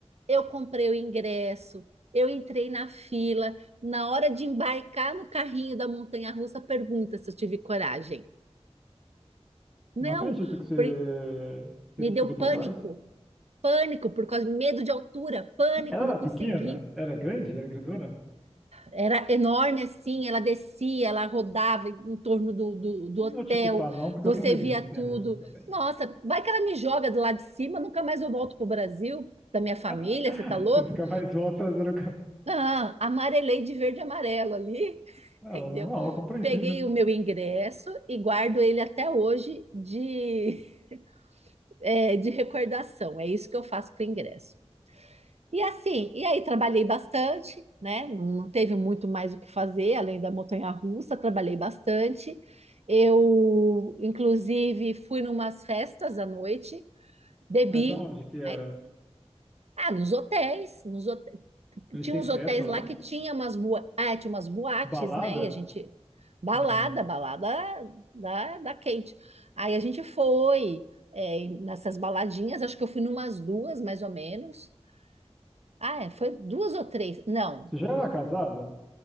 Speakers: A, on the right; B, in the centre.
A: eu comprei o ingresso, eu entrei na fila. Na hora de embarcar no carrinho da montanha-russa, pergunta se eu tive coragem. Não,
B: Não acredito que você,
A: por-
B: você
A: me deu
B: se deu pra
A: pânico,
B: trás.
A: pânico por causa de medo de altura, pânico,
B: Ela era
A: não consegui.
B: pequena? Era grande? Era grandona?
A: Era enorme assim, ela descia, ela rodava em torno do, do, do
B: Não
A: hotel,
B: vou te culpar, não, porque
A: você
B: eu tenho medo
A: via
B: de montanha-russa
A: tudo.
B: também.
A: Nossa, vai que ela me joga do lado de cima, nunca mais eu volto pro Brasil, da minha família,
B: <laughs>
A: você tá louco?
B: Você fica mais volta, você nunca...
A: Ah, amarelei de verde e amarelo ali, <laughs>
B: Ah,
A: entendeu?
B: normal, compreensível.
A: Peguei o meu ingresso e guardo ele até hoje de, <laughs> é, de recordação. É isso que eu faço com o ingresso. E assim, e aí trabalhei bastante, né? Não teve muito mais o que fazer além da montanha-russa, trabalhei bastante. Eu, inclusive, fui numas festas à noite, bebi.
B: Mas aonde que era?
A: é, Ah, nos hotéis, nos hote-
B: Eles
A: tinha
B: têm
A: uns
B: festa
A: hotéis
B: lá?
A: lá que tinha umas, boa... ah, tinha umas boates,
B: Tipo, balada?
A: né? E a gente, balada,
B: Hum.
A: balada da, da quente. Aí a gente foi é, nessas baladinhas, acho que eu fui numas duas, mais ou menos. Ah, é, foi duas ou três? Não,
B: Você já era casada?